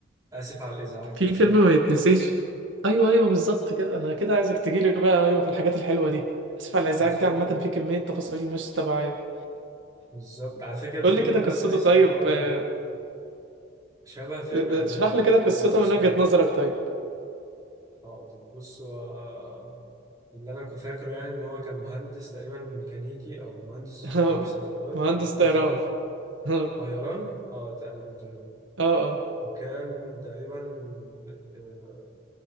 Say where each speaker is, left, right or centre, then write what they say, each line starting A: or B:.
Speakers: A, on the right (about 20°); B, on the right (about 70°).
A: اسف على الازعاج
B: في
A: ده سمعته
B: فيلم ما يتنسيش ايوه ايوه بالظبط كده انا كده عايزك تجيلي بقى ايوه في الحاجات الحلوه دي اسف على الازعاج
A: الفيلم
B: دي عامه في كميه تفاصيل مش طبيعيه
A: بالظبط على فكره الفيلم
B: قول لي كده
A: ده
B: قصته
A: تحس
B: طيب
A: ان هو
B: آه،
A: شبه فيلم
B: آه،
A: اجنبي
B: آه، اشرح لي كده قصته
A: اللي هو اسمه
B: من وجهه نظرك طيب
A: حاضر بص هو اللي انا كنت فاكره يعني ان هو كان مهندس تقريبا ميكانيكي او مهندس
B: <laughs>
A: ميكانيكي سيارات
B: مهندس طيران
A: تص-
B: <laughs> اه
A: طيران اه تقريبا طيران
B: اه
A: وكان تقريبا آه،